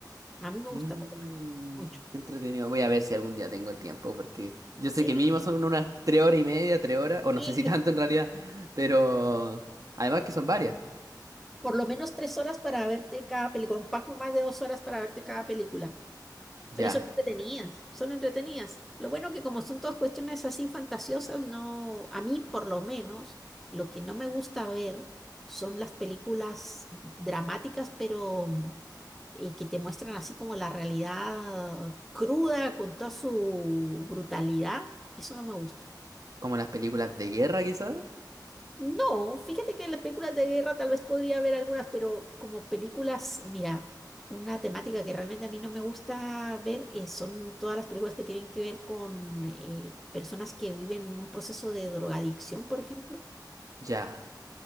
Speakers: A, in the centre; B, on the right.
A: A mí me
B: Mm,
A: gusta por lo menos, mucho.
B: qué entretenido. Voy a ver si algún día tengo tiempo, porque yo
A: Sí,
B: sé que mínimo son unas tres horas y media, tres horas, o no
A: y
B: sé si tanto en realidad, pero además que son varias.
A: por lo menos tres horas para verte cada película, un poco más de dos horas para verte cada película.
B: Ya,
A: Pero son entretenidas,
B: ya.
A: son entretenidas. Lo bueno que como son todas cuestiones así fantasiosas, no, a mí por lo menos, lo que no me gusta ver son las películas dramáticas, pero mm, eh, que te muestran así como la realidad cruda con toda su brutalidad. Eso no me gusta.
B: Como las películas de guerra, quizás.
A: No, fíjate que las películas de guerra tal vez podría haber algunas, pero como películas, mira, una temática que realmente a mí no me gusta ver eh, son todas las películas que tienen que ver con eh, personas que viven un proceso de drogadicción, por ejemplo.
B: Ya.